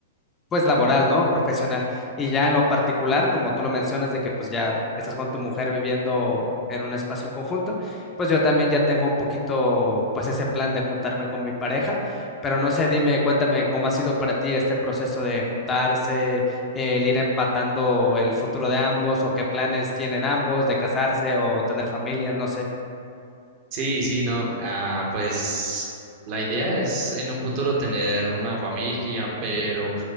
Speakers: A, on the left; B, on the right.
A: pues laboral, ¿no? Profesional. Y ya en lo particular, como tú lo mencionas, de que pues ya estás con tu mujer viviendo en un espacio en conjunto, pues yo también ya tengo un poquito pues ese plan de juntarme con mi pareja, pero no sé, dime, cuéntame cómo ha sido para ti este proceso de juntarse, el ir empatando el futuro de ambos o qué planes tienen ambos de casarse o tener familia, no sé.
B: Sí, sí, no. Ah, pues la idea es en un futuro tener una familia, pero